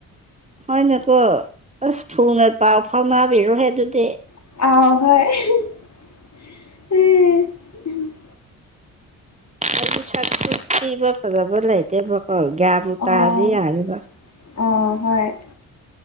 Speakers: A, on the right; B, on the left.
A: ꯍꯣꯏꯅꯀꯣ ꯑꯁ ꯊꯨꯅ ꯄꯥꯎ ꯐꯥꯎꯅꯕꯤꯔꯨꯍꯦ ꯑꯗꯨꯗꯤ
B: ꯑ ꯍꯣꯏ <unintelligible>
A: ꯑꯩꯗꯤ ꯁꯛꯇꯨ ꯊꯤꯕ ꯐꯖꯕ ꯂꯩꯇꯦꯕꯀꯨ ꯒ꯭ꯌꯥꯟ ꯕꯨ
B: ꯑꯣ
A: ꯇꯥꯔꯗꯤ ꯌꯥꯔꯤꯕ
B: ꯑꯣ ꯍꯣꯏ